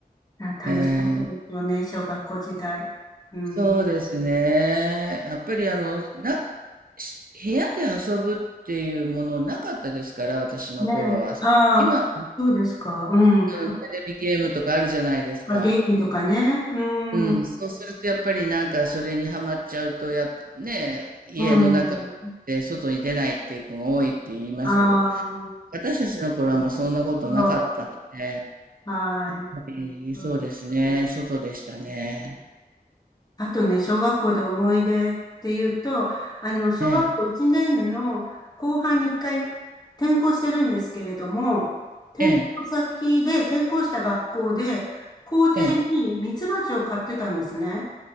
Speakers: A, on the left (about 25°); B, on the right (about 65°).
A: ーあ、あ楽しかったですよね、
B: えー
A: 小学校時代。うん。
B: そうですね。やっぱりあの、な、し部屋で遊ぶっていうものなかったですから、私の頃は。
A: ねえ、
B: そう今、
A: ああ、そうですか。うん。
B: うんテレビゲームとかあるじゃないですか。
A: あ、ゲームとかね。うん。
B: うん、
A: う
B: そうするとやっぱりなんかそれにはまっちゃうと、やっぱね、家の中
A: ん。
B: で外に出ないっていう子が多いって言いますけど、
A: ああ、
B: 私たちの頃はもうそんなことなかったので、
A: そう。はい。
B: やっぱりそうですね、
A: そうで
B: 外でしたね。
A: すあとね、小学校で思い出っていうと、あの、小学校1年の後半に1回転校してるんですけれども、
B: ええ、
A: 転校先で転校した学校で、
B: ええ、
A: 校庭にミツバチを飼ってたんですね。
B: ええ、